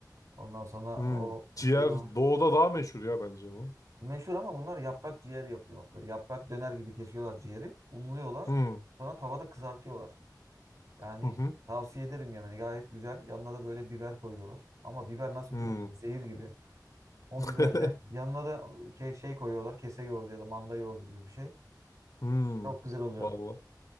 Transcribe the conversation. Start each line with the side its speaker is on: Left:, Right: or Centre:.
Right: Ondan sonra
Left: Hmm.
Right: o
Left: Ciğer
Right: şey var.
Left: doğuda daha meşhur ya bence bu.
Right: Meşhur ama bunlar yaprak ciğer yapıyor. Böyle yaprak döner gibi kesiyorlar ciğeri. Unluyorlar.
Left: Hmm.
Right: Sonra tavada kızartıyorlar. Yani
Left: Hı hı.
Right: tavsiye ederim yemeni. Gayet güzel. Yanına da böyle biber koyuyorlar. Ama biber nasıl
Left: Hmm.
Right: biliyor musun? Zehir gibi. O
Left: <laughs>
Right: biberle yanına da ke- şey koyuyorlar. Kese yoğurdu ya da manda yoğurdu gibi bir şey.
Left: Hmm,
Right: Çok güzel oluyor.
Left: vallahi